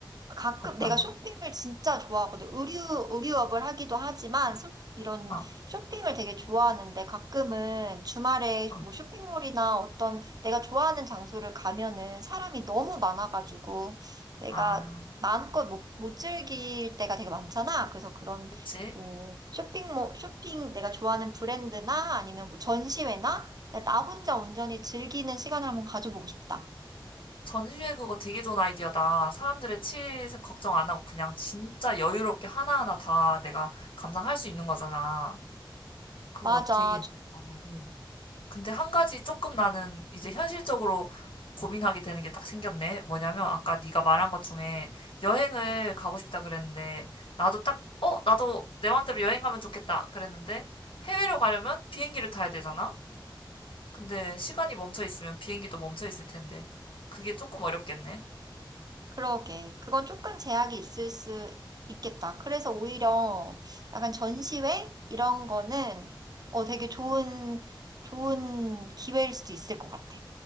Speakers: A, on the right; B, on the left.
A: 가끔
B: 어떤
A: 내가 쇼핑을
B: 거?
A: 진짜 좋아하거든. 의류, 의류업을 하기도 하지만 소- 이런
B: 어,
A: 쇼핑을 되게 좋아하는데 가끔은 주말에
B: 어,
A: 뭐 쇼핑몰이나 어떤 내가 좋아하는 장소를 가면은 사람이 너무 많아가지고 내가
B: 아,
A: 마음껏 못, 못 즐길 때가 되게 많잖아. 그래서 그런
B: 그치?
A: 뭐 쇼핑몰, 쇼핑 내가 좋아하는 브랜드나 아니면 뭐 전시회나 나 혼자 온전히 즐기는 시간을 한번 가져보고 싶다.
B: 전시회 그거 되게 좋은 아이디어다. 사람들의 치일 걱정 안 하고 그냥 진짜 여유롭게 하나하나 다 내가 감상할 수 있는 거잖아. 그거
A: 맞아.
B: 되게 좋다 근데 한 가지 조금 나는 이제 현실적으로 고민하게 되는 게 딱 생겼네. 뭐냐면 아까 네가 말한 것 중에 여행을 가고 싶다 그랬는데 나도 딱 어, 나도 내 마음대로 여행 가면 좋겠다 그랬는데 해외로 가려면 비행기를 타야 되잖아. 근데 시간이 멈춰 있으면 비행기도 멈춰 있을 텐데 그게 조금 어렵겠네.
A: 그러게. 그건 조금 제약이 있을 수 있겠다. 그래서 오히려 약간 전시회? 이런 거는 어, 되게
B: 응.
A: 좋은, 좋은 기회일 수도 있을 것 같아.